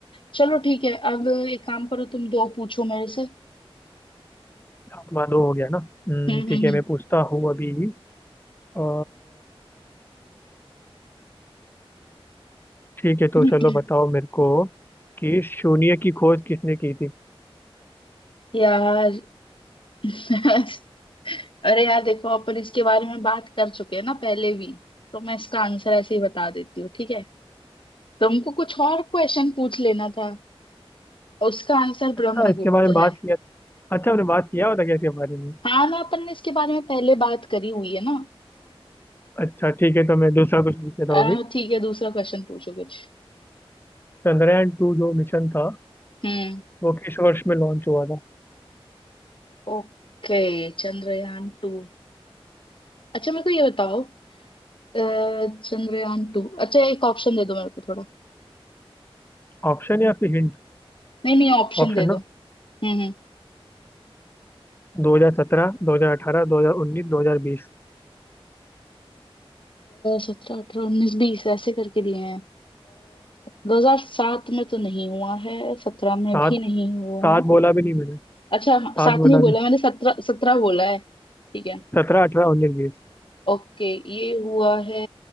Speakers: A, on the left; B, on the left.
A: चलो ठीक है अब एक काम करो तुम दो पूछो मेरे से
B: हाँ, तुम्हारा दो हो गया ना हम्म,
A: हम्म हम्म
B: ठीक है मैं पूछता हूँ अभी अ, ठीक है तो
A: हम्म।
B: चलो बताओ मेरे को कि शून्य की खोज किसने की थी
A: यार <laughs> अरे यार देखो अपन इसके बारे में बात कर चुके हैं ना पहले भी तो मैं इसका आंसर ऐसे ही बता देती हूँ ठीक है तुमको कुछ और क्वेश्चन पूछ लेना था और उसका आंसर ब्रह्मगुप्त
B: अच्छा इसके बारे में बात
A: है
B: किया अच्छा हमने बात किया होता क्या इसके बारे में
A: हाँ ना अपन ने इसके बारे में पहले बात करी हुई है ना
B: अच्छा ठीक है तो मैं दूसरा कुछ पूछ लेता हूँ
A: अ,
B: अभी
A: ठीक है दूसरा क्वेश्चन पूछो कुछ
B: चंद्रयान टू जो मिशन था
A: हम्म
B: वो किस वर्ष में लॉन्च हुआ था
A: Okay Chandrayaan two अच्छा मेरे को ये बताओ अ, चंद्रयान टू अच्छा एक ऑप्शन दे दो मेरे को थोड़ा
B: ऑप्शन या फिर हिंट
A: नहीं नहीं ऑप्शन
B: ऑप्शन
A: दे दो
B: ना
A: हम्म हम्म।
B: दो हजार सत्रह दो हजार अठारह दो हजार उन्नीस दो हजार बीस
A: सत्रह अठारह उन्नीस बीस ऐसे करके दिए हैं दो हजार सात में तो नहीं हुआ है सत्रह में
B: सात
A: भी नहीं हुआ
B: सात
A: है
B: बोला भी नहीं मैंने
A: अच्छा
B: सात
A: हाँ, सात
B: बोला
A: नहीं बोला
B: भी नहीं
A: मैंने सत्रह सत्रह बोला है ठीक है
B: सत्रह अठारह उन्नीस बीस
A: ओके ये हुआ है